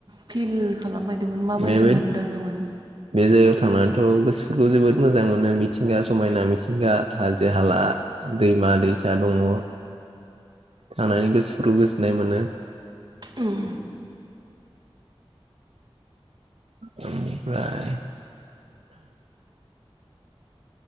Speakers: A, on the right (about 50°); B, on the right (about 85°).
A: फिल खालामहैदोंमोन माबायदि
B: बेबो
A: मोनदांदोंमोन?
B: बे जायगायाव थांनानैथ' गोसोफोरखौ जोबोद मोजां मोनो मिथिंगा समायना मिथिंगा हाजो-हाला दैमा-दैसा दङ'। थानानै गोसोफोरखौ गोजोननाय मोनो।
A: उम
B: बेनिफ्राय